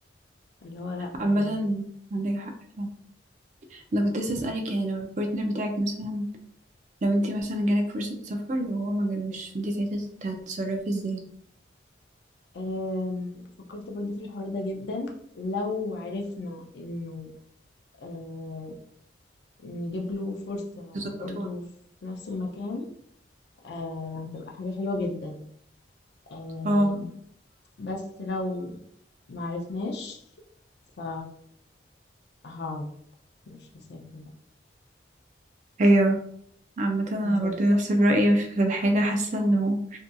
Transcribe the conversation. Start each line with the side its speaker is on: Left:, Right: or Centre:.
Left: اللي هو لا
Right: عامة
Left: يعني
Right: عندك حق فعلا انا كنت لسه اسألك يعني لو البارتنر بتاعك مثلا لو انتي مثلا جالك فرصة سفر وهو ما جالوش انتي ساعتها هتتصرفي ازاي
Left: أم، فكرت برضه في الحوار ده جدا لو عرفنا انه أه، نجيب له فرصة
Right: تظبطوها
Left: برضه في نفس المكان أه، هتبقى حاجة حلوة جدا أم،
Right: اه
Left: بس لو معرفناش ف هقعد مش هسافر بقى
Right: ايوه عامة انا
Left: هتسافر
Right: برضو نفس الرأي في الحاجة حاسة انه